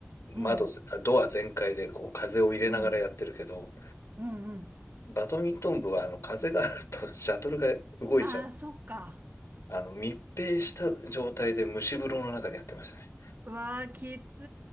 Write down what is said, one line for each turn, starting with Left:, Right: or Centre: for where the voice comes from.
Left: 窓ぜ、
Right: うん。
Left: あドア全開でこう風を入れながらやってるけど、
Right: うん。うんうん。
Left: バドミントン部はあの風があるとシャトルが動いちゃう。
Right: ああ、そっか。
Left: あの密閉した状態で蒸し風呂の中でやってましたね。
Right: うわあ、きつ